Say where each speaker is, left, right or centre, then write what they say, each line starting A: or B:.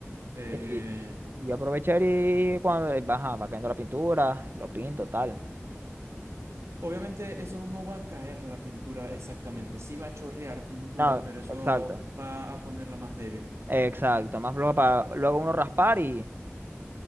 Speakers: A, on the right; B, on the right.
A: Eh,
B: Y, y aprovechar y cuando eh, ajá, va cayendo la pintura, lo pinto, tal.
A: obviamente eso no va a caer la pintura exactamente, sí va a chorrear pintura,
B: No,
A: pero eso
B: exacto.
A: va a ponerla más débil.
B: Exacto. Más floja para luego uno raspar y,